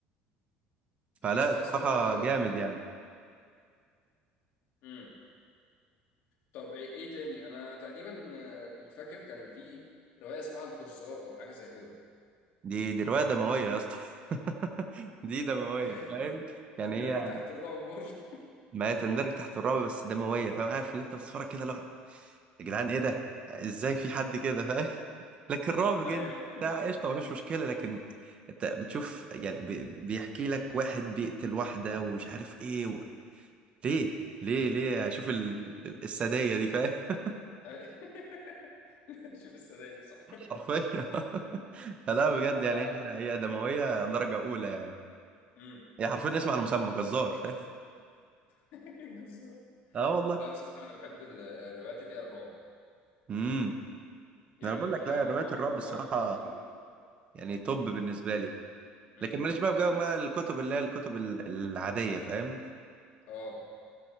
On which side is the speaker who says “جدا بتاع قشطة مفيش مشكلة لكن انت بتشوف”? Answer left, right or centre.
Right